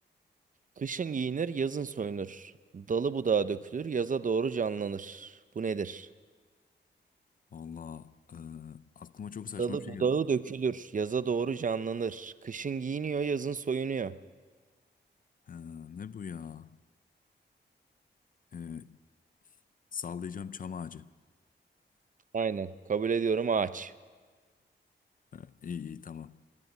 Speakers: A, on the right; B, on the left.
A: Kışın giyinir, yazın soyunur. Dalı budağı dökülür, yaza doğru canlanır. Bu nedir?
B: Valla e, aklıma çok saçma
A: Dalı
B: bir şey
A: budağı
B: geldi.
A: dökülür, yaza doğru canlanır. Kışın giyiniyor, yazın soyunuyor.
B: Ee, ne bu ya? Ee, sallayacağım çam ağacı.
A: Aynen. Kabul ediyorum ağaç.
B: Ee, iyi iyi tamam.